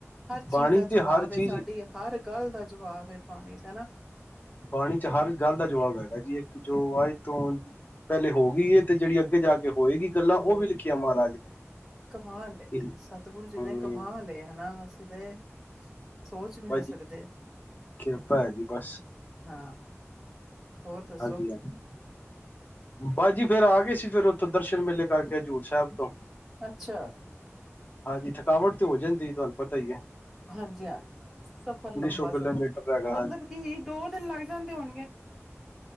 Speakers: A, in the centre; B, on the left.
A: ਹਰ
B: ਬਾਣੀ
A: ਚੀਜ਼ ਦਾ
B: ਤੇ
A: ਜਵਾਬ
B: ਹਰ ਚੀਜ਼
A: ਸਾਡੀ ਹਰ ਗੱਲ ਦਾ ਜਵਾਬ ਏ ਬਾਣੀ ਚ ਹਨਾਂ
B: ਬਾਣੀ ਚ ਹਰ ਗੱਲ ਦਾ ਜਵਾਬ ਹੈਗਾ ਜੀ ਇੱਕ ਜੋ ਅੱਜ ਤੋਂ ਪਹਿਲੇ ਹੋ ਗਈ ਹੈ ਤੇ ਜਿਹੜੀ ਅੱਗੇ ਜਾ ਕੇ ਹੋਏਗੀ ਗੱਲਾਂ ਉਹ
A: ਹੋਰ
B: ਵੀ ਲਿਖੀਆਂ ਮਹਾਰਾਜ
A: ਕਮਾ ਲਏ
B: ਨੇ
A: ਸਤਿਗੁਰੂ ਜੀ
B: ਹੂੰ
A: ਨੇ ਕਮਾ ਲਏ ਹਨਾ ਅਸੀਂ ਤੇ <unintelligible> ਸੋਚ ਵੀ ਨਹੀਂ
B: ਬਸ
A: ਸਕਦੇ,
B: ਜੀ ਕਿਰਪਾ ਹੈ ਜੀ ਬਸ
A: ਹਾਂ ਹੋਰ ਦੱਸੋ
B: ਹਾਂਜੀ ਹਾਂਜੀ ਬਸ ਜੀ ਫੇਰ ਆ ਗਏ ਸੀ ਫਿਰ ਉੱਥੋਂ ਦਰਸ਼ਨ ਮੇਲੇ ਕਰਕੇ ਹਜ਼ੂੂਰ ਸਾਹਿਬ ਤੋਂ
A: ਅੱਛਾ
B: ਹਾਂਜੀ ਥਕਾਵਟ ਤੇ ਹੋ ਜਾਂਦੀ ਤੁਹਾਨੂੰ ਪਤਾ ਹੀ ਏ
A: ਹਾਂਜੀ ਹਾਂਜੀ ਸਫ਼ਰ ਲੰਬਾ
B: ਸੌ ਕਿਲੋਮੀਟਰ
A: ਸਫ਼ਰ
B: ਹੈਗਾ
A: ਮਤਲਬ
B: ਹਾਂਜੀ
A: ਕੀ ਦੋ ਦਿਨ ਲੱਗ ਜਾਂਦੇ ਹੋਣਗੇ